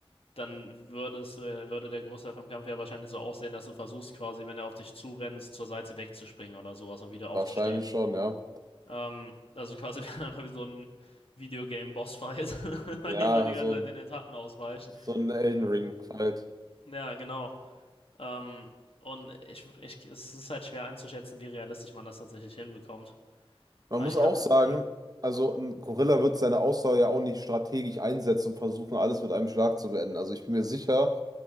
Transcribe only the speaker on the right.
wahrscheinlich schon, ja.
Ja,
so
ein,
so ein Elden
Ring halt.
Man
muss
auch sagen,
also ein Gorilla wird seine Ausdauer ja auch nicht strategisch einsetzen und versuchen, alles mit einem Schlag zu beenden. Also ich bin mir sicher,